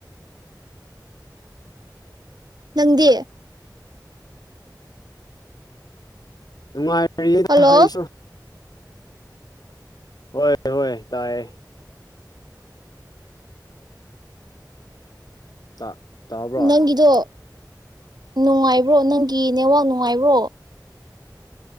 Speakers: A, on the right (about 65°); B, on the left (about 60°).
A: ꯅꯪꯗꯤ꯫
B: ꯅꯨꯡꯉꯥꯏꯔꯤꯌꯦ꯫
A: ꯍꯜꯂꯣ
B: <inaudible> ꯍꯣꯏ ꯍꯣꯏ ꯇꯥꯏꯌꯦ꯫ ꯇꯥ ꯇꯥꯕ꯭ꯔꯣ꯫
A: ꯅꯪꯒꯤꯗꯣ ꯅꯨꯡꯉꯥꯏꯕ꯭ꯔꯣ ꯅꯪꯒꯤ ꯅꯦꯠꯋꯥꯛ ꯅꯨꯡꯉꯥꯏꯕ꯭ꯔꯣ꯫